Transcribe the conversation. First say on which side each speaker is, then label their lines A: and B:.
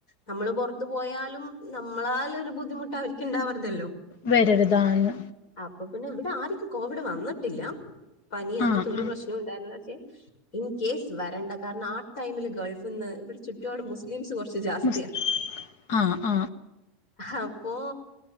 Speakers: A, on the left; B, on the left.
A: നമ്മള് പൊറത്ത് പോയാലും നമ്മളാലൊരു ബുദ്ധിമുട്ട് അവരിക്ക് ഇണ്ടാവറ്തല്ലോ?
B: വേറൊരുതാന്ന്
A: അപ്പൊ പിന്നെ ഇവിടെ ആർക്കും കോവിഡ് വന്നിട്ടില്ല. പനി അങ്ങൻത്തെ
B: ആഹ്
A: ഒരു
B: ആഹ്
A: പ്രശ്നോം ഇണ്ടായിര്ന്നില്ല പക്ഷെ ഇൻ കേസ് വരണ്ട കാരണം ആ ടൈമില് ഗൾഫ്ന്ന് ഇവിടെ ചുറ്റ്പാട് മുസ്ലിംസ് കുറച്ച് ജാസ്തിയാ
B: മുസ് ആഹ് ആഹ്
A: അപ്പോ